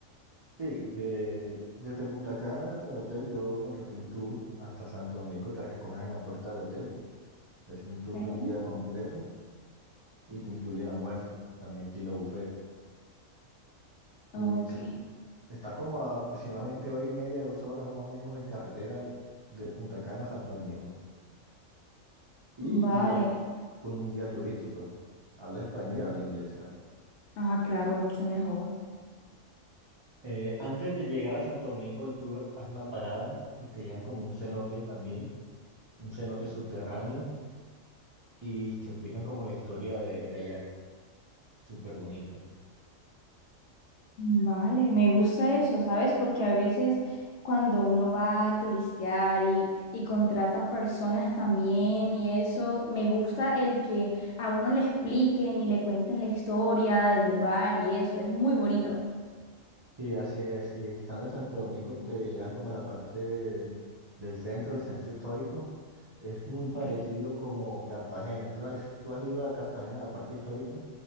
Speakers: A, on the right; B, on the left.
A: Sí, de, desde Punta Cana, en el hotel, yo contraté un tour hasta Santo Domingo. Te recogen en la puerta del hotel. Es un tour
B: Ok.
A: de un día completo y te incluye el almuerzo, también estilo buffet.
B: Ok.
A: Y sí, está como a aproximadamente hora y media, dos horas más o menos en carretera de Punta Cana a Santo Domingo. Y
B: Vale.
A: tú vas con un guía turístico. Habla español y habla inglés. o sea,
B: Ah, claro, mucho mejor.
A: Eh, antes de llegar a Santo Domingo, el tour hace una parada y te llevan como un cenote también, un cenote subterráneo, y te explican como la historia de, de allá. Súper bonito.
B: Vale, me gusta eso, ¿sabes? Porque a veces cuando uno va a turistear y, y contrata personas también y eso, me gusta el que a uno le expliquen y le cuenten la historia del lugar y eso, es muy bonito.
A: Sí, así es. Y estando en Santo Domingo, te llevan como a la parte del centro, el centro histórico. Es muy parecido
B: Ok.
A: como Cartagena. ¿Tú sabes- tú has ido a Cartagena, a la parte histórica?